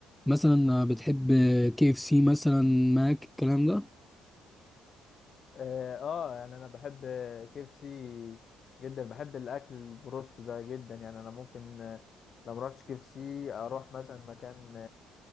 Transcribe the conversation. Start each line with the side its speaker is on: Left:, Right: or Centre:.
Centre: مثلا بتحب كي اف سي مثلا ماك الكلام ده
Left: اه آه، يعني انا بحب كيفسي جدا بحب الاكل البروست ده جدا يعني انا ممكن آه، لو مرحتش كيفسي اروح مثلا مكان